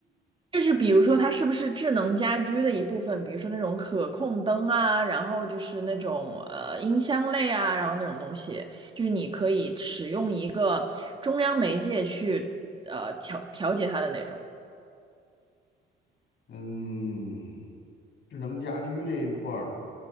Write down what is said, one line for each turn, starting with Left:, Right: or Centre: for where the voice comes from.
Right: 就是比如说它是不是智能家居的一部分，比如说那种可控灯啊，然后就是那种呃音箱类啊，然后那种东西，就是你可以使用一个中央媒介去呃调调节它的那种。
Left: 嗯，智能家居这一块儿，